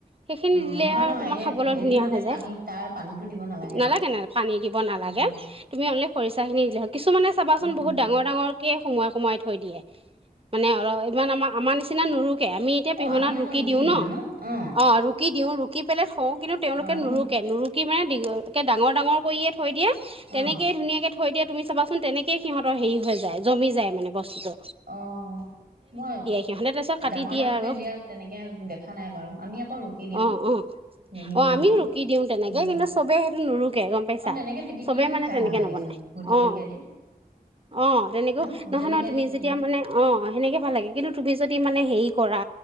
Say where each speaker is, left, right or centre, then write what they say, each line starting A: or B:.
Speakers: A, on the right; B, on the right.
A: সেইখিনি
B: অ
A: দিলে
B: নহয়
A: আৰু
B: নহয়
A: তোমাৰ
B: এই
A: খাবলৈ
B: হেৰি
A: ধুনীয়া
B: মানে
A: হৈ যায়
B: পানী তাৰ পানীটো দিব
A: নালাগে
B: আৰু
A: ন পানী দিব নালাগে।
B: উম
A: তুমি অললে খৰিচা খিনি দিলহ কিছুমানে চাবাচোন
B: উম
A: বহুত
B: উম
A: ডাঙৰ ডাঙৰকে সোমোৱাই সোমোৱাই থৈ দিয়ে, মানে অ ইমান আমাৰ আমাৰ নি নিচিনা নুৰুকে আমি এতিয়া
B: অ
A: পিহনাত
B: আমি আকৌ
A: ৰুকি দিও
B: দিওঁ
A: ন,
B: অ
A: অঁ ৰুকি দিও ৰুকি পেলে থওঁ কিন্তু তেওঁলোকে
B: অ আমি
A: নুৰুকে নুৰুকি মানে একে ডাঙৰ ডাঙৰ কৰিয়ে থৈ দিয়ে তেনেকেই
B: অ
A: ধুনীয়াকে থৈ দিয়ে তুমি চাবাচোন তেনেকে সিহঁতৰ হেৰি হৈ যায় জমি যায় মানে বস্তুতটো।
B: অঁহ। মই
A: সিহঁতে তাৰপিছত কাটি
B: ডাঙৰ
A: দিয়ে
B: ডাঙৰকে
A: আৰু
B: দিয়া তেনেকে দেখা নাই বাৰু আমি আকৌ ৰুকি দিওঁ।
A: অ অ
B: মিহি
A: অ
B: মিহিকে
A: আমিও ৰুকি দিও তেনেকে
B: উম
A: কিন্তু চবে সেইটো নুৰুকে গম পাইছা
B: আৰু তেনেকে পিটিকি
A: চবে
B: খাই
A: মানে
B: খাই
A: তেনেকে
B: ভাল লাগেচোন
A: নবনাই, অঁ।
B: <unintelligible>
A: অঁ তেনেকেও
B: ন ভোট
A: নহয়
B: জলকীয়া
A: নহ তুমি
B: দি পিটিকি
A: যেতিয়া মানে অঁ সেনেকে ভাল লাগে কিন্তু তুমি যদি মানে হেৰি কৰা